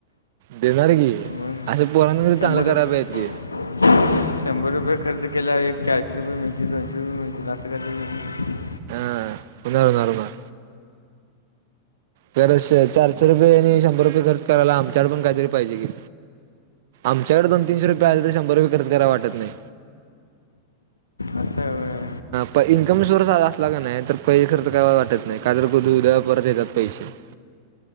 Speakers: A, on the right; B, on the left.
A: देणार की
B: मग
A: असं पोरांना
B: शंभर
A: चांगलं करायला
B: टक्के
A: पाहिजे की
B: शंभर रुपये खर्च केल्यावर एक चारशे रुपये मिळतील, दोनशे रुपये मिळतील, असं कायतरी
A: हां बघावं लागणार. खरं च चारशे रुपये आणि शंभर रुपये खर्च करायला आमच्याकड पण कायतरी पाहिजे कि, आमच्याकडे दोन तीनशे रुपये आले तर शंभर रुपये खर्च कराय वाटत नाही.
B: असं आहे होय.
A: पण इन्कम सोर्स असला की नाही तर पैशे खर्च काय वाटत नाही. का तर <unintelligible> उद्या परत येतात पैसे <inaudible>